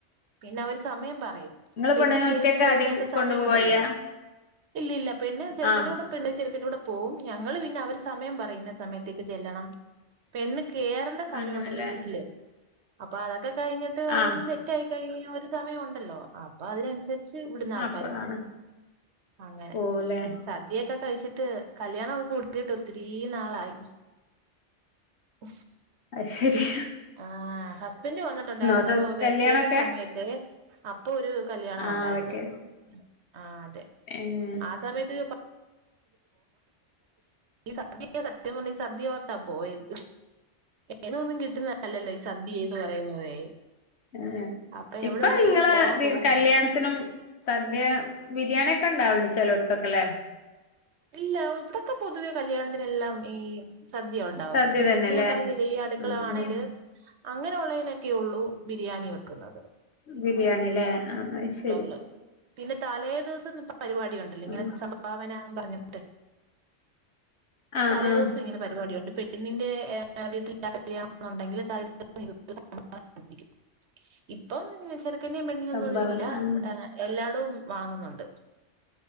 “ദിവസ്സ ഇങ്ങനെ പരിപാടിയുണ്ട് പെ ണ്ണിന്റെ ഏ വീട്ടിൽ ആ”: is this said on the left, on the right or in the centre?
Right